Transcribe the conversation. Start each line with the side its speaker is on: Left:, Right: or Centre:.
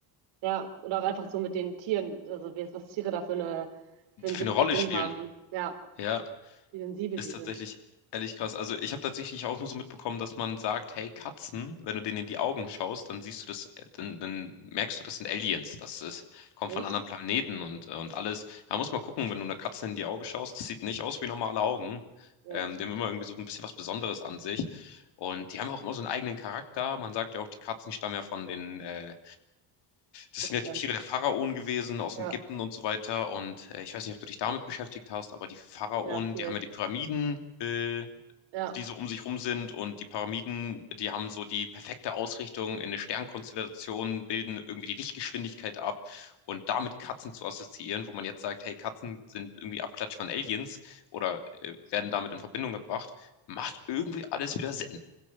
Right: ja. Oder auch einfach so mit den Tieren, also wie- was Tiere da für eine, für
Left: Für
Right: einen siebten
Left: eine Rolle
Right: Sinn
Left: spielen.
Right: haben. Ja,
Left: Ja,
Right: wie sensibel
Left: ist
Right: sie
Left: tatsächlich
Right: sind.
Left: ehrlich krass. Also ich habe tatsächlich auch nur so mitbekommen, dass man sagt, hey Katzen, wenn du denen in die Augen schaust, dann siehst du das, äh, dann, dann merkst du, das sind Aliens. Das ist, kommt
Right: Echt?
Left: von anderen Planeten und, äh, und alles. Da muss man gucken, wenn du einer Katze in die Augen schaust, das sieht nicht aus wie normale Augen.
Right: Ja,
Left: Ähm,
Right: das stimmt.
Left: die haben immer irgendwie so ein bisschen was Besonderes an sich. Und die haben ja auch immer so einen eigenen Charakter. Man sagt ja auch, die Katzen
Right: Das
Left: stammen ja von den, äh, das
Right: Gibt
Left: sind ja die
Right: dann.
Left: Tiere der Pharaonen gewesen aus
Right: Ja.
Left: Ägypten und so weiter. Und äh, ich weiß nicht, ob du dich damit beschäftigt hast, aber die Pharaonen,
Right: Ja, viel.
Left: die haben ja die Pyramiden, äh,
Right: Ja.
Left: die so um sich rum sind. Und die Pyramiden, die haben so die perfekte Ausrichtung in eine Sternkonstellation, bilden irgendwie die Lichtgeschwindigkeit ab. Und damit Katzen zu assoziieren, wo man jetzt sagt, hey, Katzen sind irgendwie Abklatsch von Aliens oder äh, werden damit in Verbindung gebracht, macht irgendwie alles wieder Sinn.